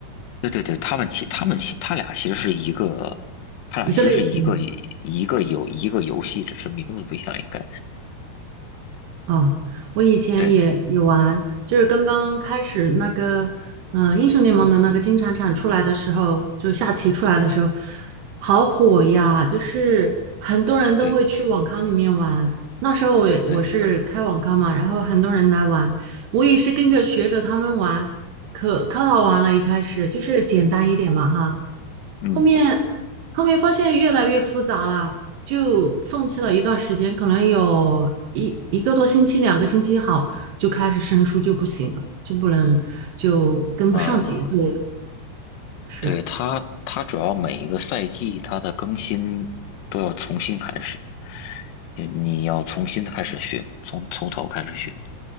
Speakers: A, on the left; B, on the right.
A: 对对对，他们其他们其他俩其实是一个，他俩其实是一个一个游一个游戏，
B: 一个类型。
A: 只是名字不一样，应该
B: 哦，我以前也也玩，
A: 对
B: 就是刚刚开始那个，嗯、英雄联盟的那个金铲铲出来的时候，就下棋出来的时候，好火呀！就是很多人都会去网咖里面玩。
A: 对
B: 那时候我也我是开网咖嘛，
A: 对的，
B: 然后很多人来玩，我也是跟着学着他们玩，可可好玩了。一开始就是简单一点嘛，哈。
A: 嗯
B: 后面后面发现越来越复杂了，就放弃了一段时间，可能有一一个多星期、两个星期好，就开始生疏就不行了，就不能就跟不上节奏了。
A: 啊。呃
B: 是，
A: 对，它，它主要每一个赛季它的更新都要重新开始，就你要重新的开始学，从从头开始学，